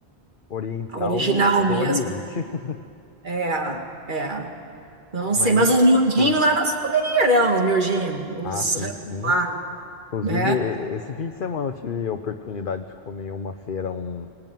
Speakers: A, on the left; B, on the right.
A: oriental
B: A original
A: do
B: mesmo.
A: Oriente, <laughs>
B: É, é. Não
A: mas.
B: sei, mas os miudinhos
A: co-
B: lá não se comeria, não, os miudinhos, os
A: Ah, sim,
B: rã
A: sim.
B: lá,
A: Inclusive,
B: né?
A: e- esse fim de semana eu tive a oportunidade de comer uma feira, um,